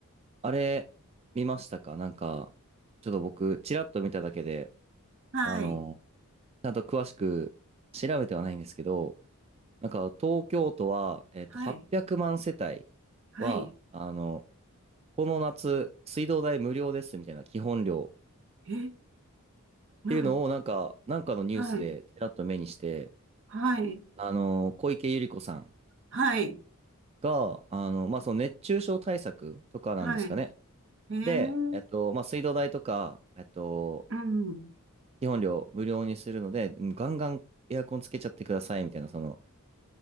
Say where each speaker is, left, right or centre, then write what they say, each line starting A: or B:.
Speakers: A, on the right (about 30°); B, on the right (about 60°).
A: あれ、見ましたかなんか、ちょっと僕、ちらっと見ただけで、
B: はい、
A: あの、ちゃんと詳しく調べてはないんですけど、なんか、東京都は、えっと、
B: はい、
A: 800万世帯は、
B: はい。
A: あの、この夏、水道代無料ですみたいな基本料
B: え、なん、
A: っていうのを、なんか、なんかのニュースでちらっと目にして、
B: はい、はい、
A: あの、小池百合子さん
B: はい、
A: が、あの、まあ、その熱中症対策とかなんですかね。
B: はい。えー、
A: で、えっと、まあ、水道代とか、えっと、
B: うん、
A: 基本料無料にするので、うんガンガンエアコンつけちゃってくださいみたいな、その、